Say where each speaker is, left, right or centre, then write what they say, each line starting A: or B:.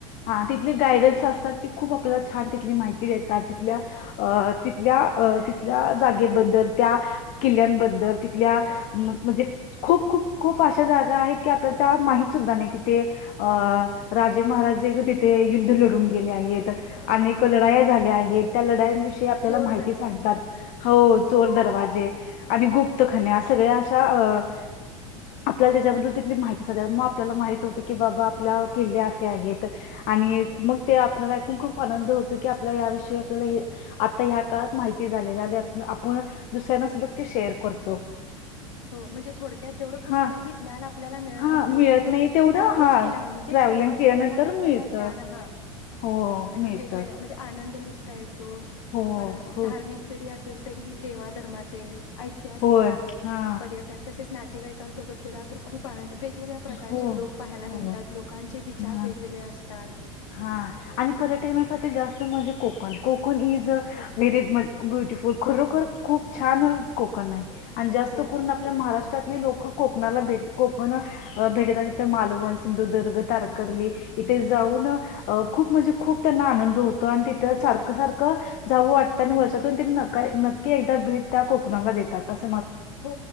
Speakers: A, on the left; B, on the left.
A: हा तिथले गायडन्स असतात ते खूप आपल्या छान तिथली माहिती देतात तिथल्या तिथल्या तिथल्या जागेबद्दल त्या किल्ल्याबद्दल तिथल्या म्हणजे खूप खूप खूप अशा जागा आहेत की आपल्या त्या माहत सुद्धा नाही अ राजे महाराजे तिथे युद्ध लढून गेले आहेत
B: हा
A: अनेक लढा झाल्या आहेत त्या लढाविषयी आपल्याला
B: चोर
A: माहिती
B: दरवाजे
A: सांगतात हो चोर दरवाजे आणि गुप्तखन सगळ्या अशा अ आपल्याला त्याच्याबद्दल तिथली माहिती साधा मग आपल्याला माहित हो की बाबा आपल्या किल्ले असे आहेत आणि मग ते आपल्याला ऐकून खूप आनंद होतो की आपल्या या विषयी आपल्याला आता ह काळात माहिती झालेला आणि आपण दुसऱ्यांना सुधा ते शेअर करतो
B: म्हणजे थोडक्यात जेवढं पुस्तकी
A: हा
B: ज्ञान आपल्याला मिळत
A: हा
B: नाही तेवढं
A: मिळत
B: तिथं
A: नाही तेवढं
B: ट्रॅव्हल्स
A: हा
B: केल्यामुळे म्हणजे
A: ट्रॅव्हलिंग
B: प्रवास
A: केल्यानंतर
B: केल्यामुळे आपल्याला
A: मिळत
B: ज्ञान ह
A: हो
B: आणि
A: मिळत
B: वेगवेग म्हणजे आनंद लुटताय. त
A: हो
B: परत
A: खूप
B: धार्मिक जरी असेल. तरी देवाधर्माचे इथे
A: होय
B: स
A: हा
B: पर्यटन तसेच नातेवाई ोबत गेला तर खूपंद वे वेगवेगळ्या प्रकारचे
A: हो
B: लोक पाहायला
A: हो
B: मिळतात लोकांचे विचार
A: हा
B: वेगवेगळे असतात.
A: हा आणि पर्यटनासाठी जास्त म्हणजे कोकण कोक कून यई़
B: खूप
A: वेरी बोटिफीलल खरोखर खूप छान कोकण आहे. आणि जास्त
B: हो
A: करून आपल्या महाराष्ट्रातली लोक कोक. कोकणाला भेट कोकण भेटतात तिथं मालवण सिंधुदुर्ग तारकर्ली इथे जाऊन अ खूप म्हणजे खूप त्यांना आनंद होतो आणि तिथं सारख सारखं जावं वाटतं आणि वर्षातून ति न नक्की एकदा भेट त्या कोकणाला देतात अस.
B: हो